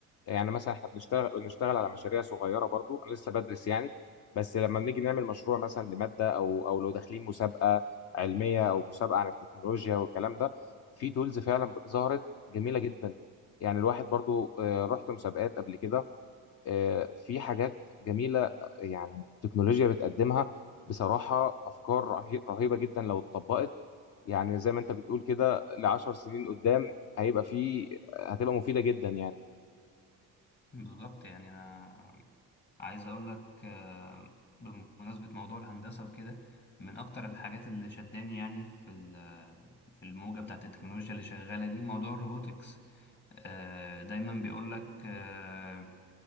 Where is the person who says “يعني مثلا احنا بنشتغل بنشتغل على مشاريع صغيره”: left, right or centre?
Left